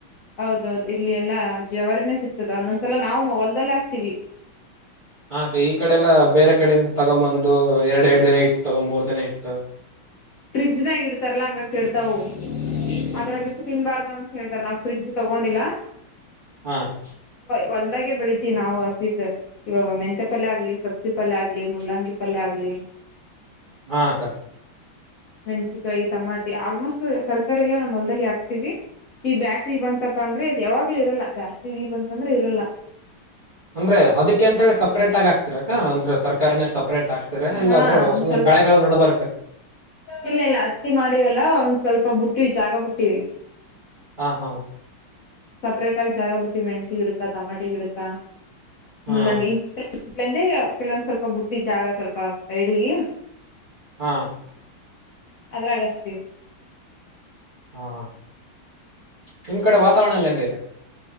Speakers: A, on the left; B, on the right.
A: ಹೌದೌದು ಇಲ್ಲಿ ಎಲ್ಲಾ ಜವಾರಿನೇ ಸಿ ಗ್ತದ್ ಒಂದೊಂದ್ಸಲ ನಾವು ಮೊಬೈಲ್ದಲ್ಲೆ ಹಾಕ್ತಿವಿ
B: ಹ ಕ್ಕಾ ಈ ಕಡೆ ಎಲ್ಲಾ ಬೇರೆ ಕಡೆಯಿಂದ ತಗೊಬಂದ ಇದು ಎರಡೆರಡ ದಿನ ಇಟ್ಟು ಮೂರ್ ನ ಇಟ್ಟು
A: ಫ್ರಿಜ್ನಾಗ ಇಡ್ತಾರಲ್ಲಾ ಹಂಗಾಗ ಕೆಡ್ತವು ಅ ಇದ್ರಾಗ ಇಟ್ಟ ತಿನ್ಬಾರ್ದು ಅಂತ ಹೇಳ್ದಾರ ನಾವು ಫ್ರಿಡ್ಜ್ ತಗೊಂಡಿಲ್ಲಾ
B: ಹ್ಮಾ ಅಕ್ಕಾ
A: ಹೊಲ್ದಾಗೆ ಬೆಳಿತೀವಿ ನಾವು ಹಸಿದ್ ಇವಾಗ ಮೆಂಂತೆ ಪಲ್ಯ ಆಗ್ಲಿ ಸಬ್ಸಿ ಪಲ್ಯ ಆಗ್ಲಿ ಮುಲ್ಲಂಗಿ ಪಲ್ಯ ಆಗ್ಲಿ
B: ಹಾ ಅಕ್ಕಾ
A: ಮೆನ್ಸಿಕಾಯಿ ಟಮಾಟಿ ಆಲ್ಮೋಸ್ಟ್ ತರಕಾರಿ ಎಲ್ಲಾ ನಮ್ಮೊಲ್ದಾಗೆ ಹಾಕ್ತಿವಿ ಈ ಬ್ಯಾಸಿಗಿ ಬಂತಪ ಅಂದ್ರೆ ಯಾವಾಗ್ಲೂ ಇರಲ್ಲ ಬ್ಯಾಸಿಗಿ ಬಂತಂದ್ರೆ ಇರಲ್ಲಾ
B: ಅಂದ್ರೆ ಅದಕ್ಕೆ ಅಂತೇಳಿ ಸಪ್ರೇಟ್ ಆಗ ಹಾಕ್ತಿರಕ್ಕ ಅಂದ್ರೆ ತರಕಾರಿನೇ ಸಪ್ರೇಟ್ ಹಾಕ್ತಿರಾ ಇಲ್ಲ
A: ಹಾ
B: ಅದ್ರ
A: ಒಂದ್
B: ಸುಮ್ನೆ
A: ಸ್ವಲ್ಪ
B: ಬೆಳೆಗಳ ನಡಬರ್ಕ
A: ಇಲ್ಲ ಇಲ್ಲ ಅತ್ತಿ ಮಾಡಿವಲ್ಲ ಒಂದ್ ಸ್ವಲ್ಪ ಬುಟ್ಟಿವಿ ಜಾಗ ಬು ಟ್ಟಿವಿ
B: ಹಾ ಹಾ
A: ಸಪರೇಟ್ ಆಗಿ ಜಾಗಾಬಿಟ್ಟಿವಿ ಮೆಣಸಿಗಿಡಕ್ ತ ತಮಾಟಿ ಗಿಡಕ್ಕ
B: ಹಾ
A: ಮುಲ್ಲಂಗಿ ಸಂದೆ ಕೆಲವೊಂದ ಸ್ವಲ್ಪ ಬುಟ್ಟಿವಿ ಜಾಗಾ ಸ್ವಲ್ಪ್ ಬಾ ಸೈಡಿಗಿ
B: ಹಾ
A: ಅದ್ರಾಗಚ್ತಿವಿ
B: ಹಾ ನಿಮ್ಮ ಕಡೆ ವಾತಾವರಣ ಎಲ್ಲ ಹೆಂಗೈತೆ